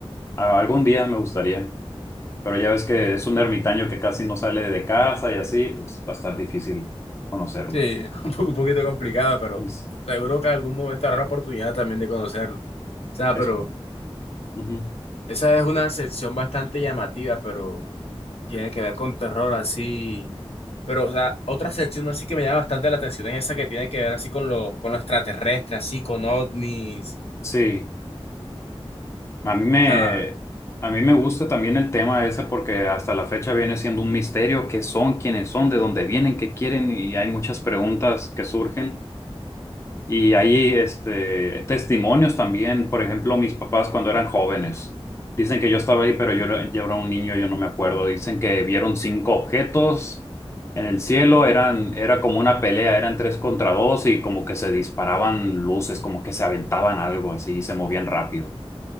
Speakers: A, on the left (about 25°); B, on the left (about 80°).
A: A- Algún día me gustaría. Pero ya ves que es un ermitaño que casi no sale de casa y así, pues va a estar difícil conocerlo.
B: Sí, un po- un poquito complicada, pero
A: Es,
B: seguro que algún momento habrá la oportunidad también de conocerlo. O sea,
A: es-
B: pero
A: ujú.
B: esa es una sección bastante llamativa, pero tiene que ver con terror así Pero, o sea, otra sección así que me llama bastante la atención es esa que tiene que ver así con lo, con lo extraterrestre, así con ovnis.
A: Sí, a mí
B: O
A: me,
B: sea,
A: a mí me gusta también el tema ese porque hasta la fecha viene siendo un misterio qué son, quiénes son, de dónde vienen, qué quieren y hay muchas preguntas que surgen. Y hay este, testimonios también, por ejemplo, mis papás cuando eran jóvenes, dicen que yo estaba ahí, pero yo, era- yo era un niño, yo no me acuerdo, dicen que vieron cinco objetos en el cielo, eran, era como una pelea, eran tres contra dos y como que se disparaban luces, como que se aventaban algo así y se movían rápido.